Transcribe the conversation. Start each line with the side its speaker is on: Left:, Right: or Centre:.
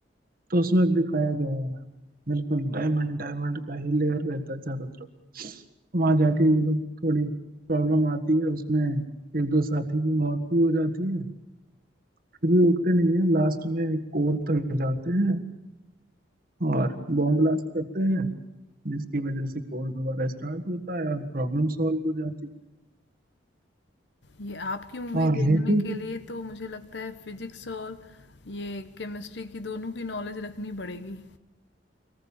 Right: तो उसमें दिखाया गया है बिल्कुल डायमंड डायमंड का ही लेयर रहता है चारों तरफ वहां जाके ये लोग थोड़ी प्रॉब्लम आती है उसमें एक दो साथी की मौत भी हो जाती है फिर भी रुकते नहीं है लास्ट में एक और तक जाते हैं और बॉम्ब ब्लास्ट करते हैं जिसकी वजह से कोड दोबारा स्टार्ट होता है और प्रॉब्लम सॉल्व हो जाती
Left: ये आपकी मूवी
Right: है और हाँ
Left: देखने
Right: लेकिन
Left: के लिए तो मुझे लगता है फिजिक्स और ये केमिस्ट्री की दोनों की नॉलेज रखनी पड़ेगी।